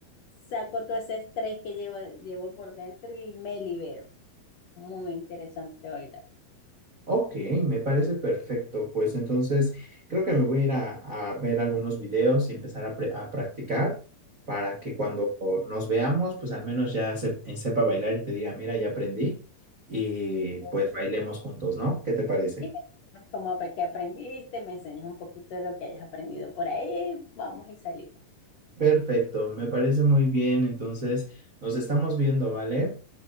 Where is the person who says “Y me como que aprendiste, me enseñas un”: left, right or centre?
Left